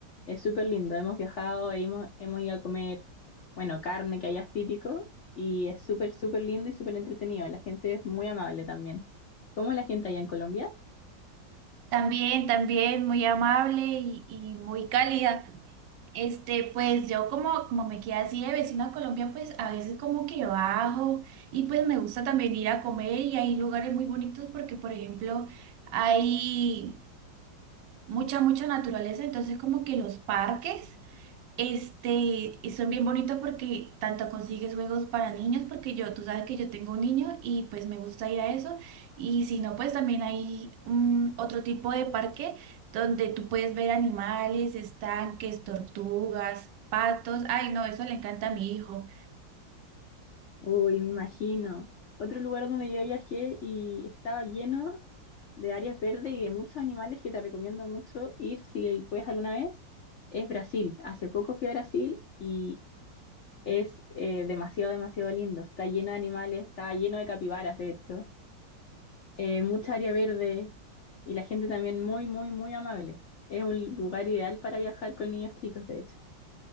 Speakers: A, on the left; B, on the right.
A: es súper lindo. Hemos viajado, e hemos, hemos ido a comer, bueno, carne que allá es típico y es súper, súper lindo y súper entretenido. La gente es muy amable también. ¿Cómo es la gente allá en Colombia?
B: También, también muy amable y, y muy cálida. Este, pues yo como, como me quedé así de vecino a Colombia, pues a veces como que bajo y pues me gusta también ir a comer y hay lugares muy bonitos porque, por ejemplo, hay mucha, mucha naturaleza, entonces como que los parques. Este, y son bien bonitos porque tanto consigues juegos para niños, porque yo, tú sabes que yo tengo un niño y pues me gusta ir a eso. Y si no, pues también hay un, otro tipo de parque donde tú puedes ver animales, estanques, tortugas, patos. Ay, no, eso le encanta a mi hijo.
A: Uy, me imagino. Otro lugar donde yo viajé y estaba lleno. de áreas verdes y de muchos animales que te recomiendo mucho ir si puedes alguna vez, es Brasil. Hace poco fui a Brasil y es eh, demasiado, demasiado lindo. Está lleno de animales, está lleno de capibaras, de hecho. Eh, mucha área verde y la gente también muy, muy, muy amable. Es un lugar ideal para viajar con niños chicos, de hecho.